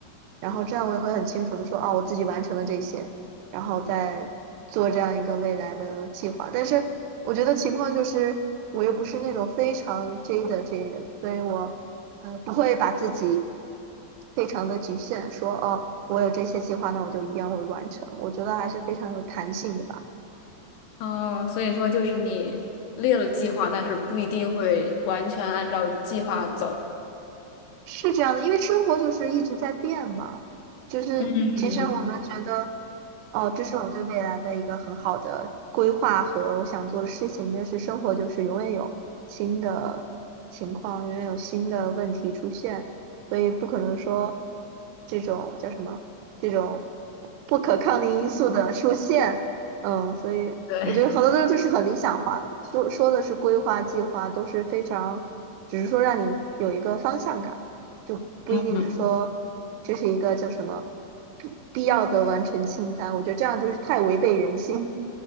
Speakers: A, on the right; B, on the left.
A: 然后这样我也会很清楚的说，哦，我自己完成了这些，然后再做这样一个未来的计划。但是我觉得情况就是，我又不是那种非常 J 的 J 人，所以我，呃，不会把自己非常的局限，说，哦，我有这些计划，那我就一定要会完成。我觉得还是非常有弹性的吧。
B: 哦，所以说就是你列了计划，但是不一定会完全按照计划走。
A: 是这样的，因为生活就是一直在变嘛，就是其实我们觉得，
B: 嗯，
A: 哦，这是我对未来的一个很好的规划和我想做的事情，但是生活就是永远有新的情况，永远有新的问题出现，所以不可能说这种叫什么这种不可抗力因素的出现，嗯，所以我觉得很多东西就是很理想化的，
B: 对，
A: 说说的是规划计划都是非常，只是说让你有一个方向感。就不一定是说
B: 嗯，
A: 这是一个叫什么必要的完成清单。我觉得这样就是太违背人性